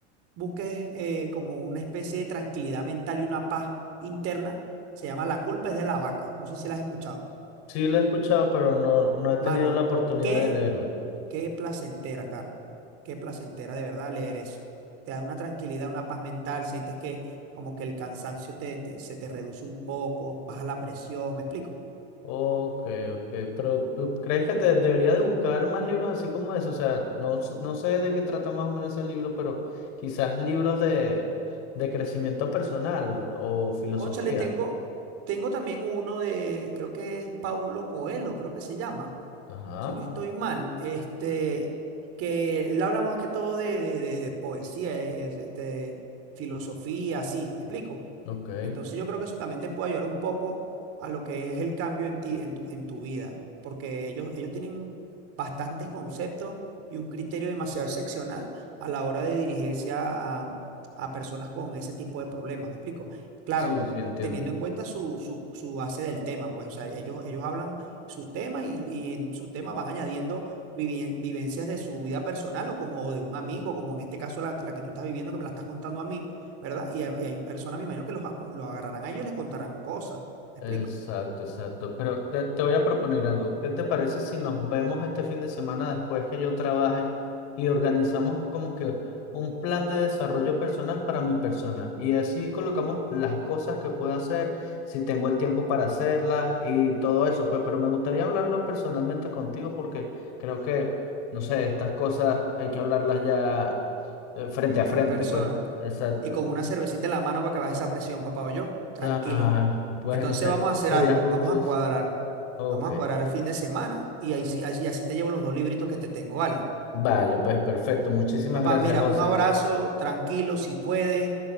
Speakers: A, on the right; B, on the left.
A: busques eh, como una especie de tranquilidad mental y una paz interna. Se llama La culpa es de la vaca. No sé si la has escuchado.
B: Sí, lo he escuchado, pero no, no he tenido
A: Mano,
B: la oportunidad
A: qué,
B: de leerlo.
A: qué placentera, Carlos. Qué placentera de verdad leer eso. Te da una tranquilidad, una paz mental. Sientes que como que el cansancio te, te- se te reduce un poco, baja la presión. ¿Me explico?
B: Ok, ok, pero, pero ¿crees que te debería de buscar más libros así como ese? O sea, no, s- no sé de qué trata más o menos ese libro, pero quizás libros de, de crecimiento personal o filosofía.
A: Cónchale, tengo, tengo también uno de, creo que es Paulo Coelho, creo que se llama,
B: Ajá,
A: si no estoy mal, este, que le hablamos más que todo de, de- de- de poesía, eh, es- este, filosofía, así, ¿me explico?
B: ok.
A: Entonces yo creo que eso también te puede ayudar un poco a lo que es el cambio en ti, en tu, en tu vida, porque ellos, ellos tienen bastantes conceptos y un criterio demasiado excepcional a la hora de dirigirse a, a- a personas con ese tipo de problemas, ¿me explico? Claro,
B: Sí, sí, entiendo.
A: teniendo en cuenta su, su, su base del tema, pues, o sea, ellos, ellos hablan sus temas y, y en su tema van añadiendo vivi- vivencias de su vida personal o como o de un amigo, como en este caso la, la que tú estás viviendo, que me la estás contando a mí ¿verdad? Y hay, y hay personas, me imagino que los, acu- lo agarrarán a ellos y les contarán cosas, ¿me explico?
B: Exacto, exacto. Pero te, te voy a proponer algo. ¿Qué te parece si nos vemos este fin de semana después que yo trabaje y organizamos como que un plan de desarrollo personal para mi persona? Y así colocamos las cosas que puedo hacer, si tengo el tiempo para hacerlas y todo eso. Pues, pero me gustaría hablarlo personalmente contigo porque creo que, no sé, estas cosas hay que hablarlas ya eh, frente a frente,
A: En persona.
B: pues. Exacto.
A: Y con una cervecita en la mano para que baje esa presión, papá o yo, tranquilo.
B: Ah, pues
A: Entonces
B: no sé,
A: vamos a hacer
B: sería
A: algo,
B: justo.
A: vamos a cuadrar,
B: Ok.
A: vamos a cuadrar el fin de semana y ahí sí- así, así te llevo los dos libritos que te tengo, ¿vale?
B: Vale, pues perfecto. Muchísimas
A: Papá,
B: gracias,
A: mira,
B: José.
A: un abrazo, tranquilo, si puedes,